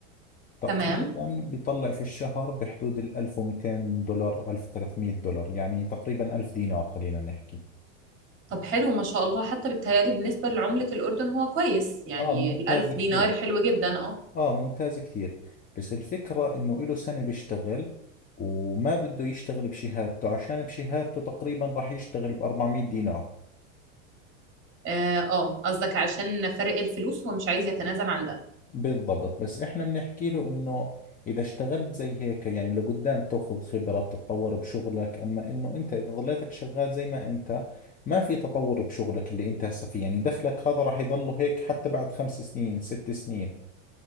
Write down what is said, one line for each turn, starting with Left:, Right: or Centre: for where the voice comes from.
Left: تقريبا
Right: تمام
Left: بيطلع في الشهر بحدود ال 1200 دولار 1300 دولار يعني تقريبا 1000 دينار خلينا نحكي
Right: طب حلو ما شاء الله حتى بالتهيألي بالنسبة لعملة الأردن هو كويس يعني
Left: آه ممتاز
Right: الألف
Left: كثير
Right: دينار حلو جدا اه
Left: اه ممتاز كثير بس الفكرة انه له سنة بيشتغل وما بده يشتغل بشهادته عشان بشهادته تقريبا راح يشتغل ب 400 دينار
Right: اه آه، قصدك عشان فرق الفلوس هو مش عايز يتنازل عن ده
Left: بالضبط بس احنا بنحكي له انه اذا اشتغلت زي هيك يعني لقدام تاخذ خبرة بتتطور بشغلك اما انه انت اذا ظليتك شغال زي ما انت ما في تطور بشغلك اللي انت هسه فيه يعني دخلك هذا راح يضله هيك حتى بعد خمس سنين ست سنين